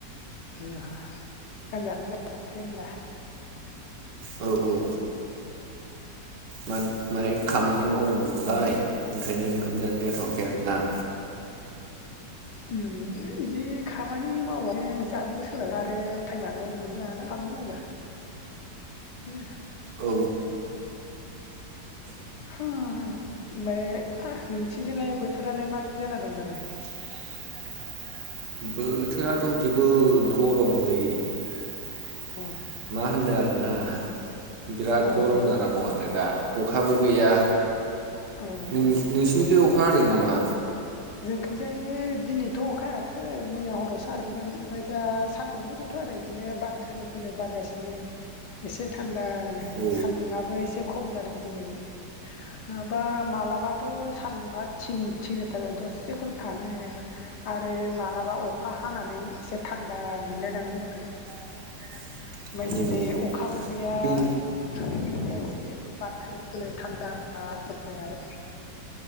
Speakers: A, on the left; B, on the right.
A: <unintelligible>
B: औ औ माने माने खामानि मावदोंमोन नालाय ओंखायनो ओंखाम जानाय जाथयाखै आरोना
A: उम बिदि खामानि मावबाय जानोबो सोलाबा आरो टाइमाबो मोनलाना खामानि मावबा <unintelligible> उ
B: औ
A: ओमफ्राय नोंसिनिथिंलाय बोथोरालाय माबायदि जाना दं दालाय?
B: नोसोरनिथिंलाय बोथोरालाय माबायदि जान दं? बोथोराथ' जोबोद गरमलै
A: औ
B: मा होननो आरोना बिराद
A: औ
B: गरम जाना दं आरो दा अखाबो गैया,
A: औ
B: नों- नोंसिनिथिं अखा हादों नामा?
A: जोंखायजाय दिनैथ' अखा हायाखै मैया हराव सा हादोंमोन ओमफ्राय दा सान्दुंबो गै थ' आरो बिदिनो बार खोलो खोलो बारगासिनो एसे थान्दानो
B: औ
A: सान्दुंङाबो एसे खम जादों दिनै नङाबा मालाबाथ' सान्दुंङा थिं थिं आरो दसेखौनो थानो हाया। आरो माब्लाबा अखा हानानै एसे थान्दा मोनलायलाङो आरो।
B: <unintelligible>
A: ओमफ्राय
B: औ
A: दिनै
B: औ
A: अखाबो गैया
B: जों
A: सान्दुंबो गैया एसे बार खोलो खोलो थान्दा जादों आरो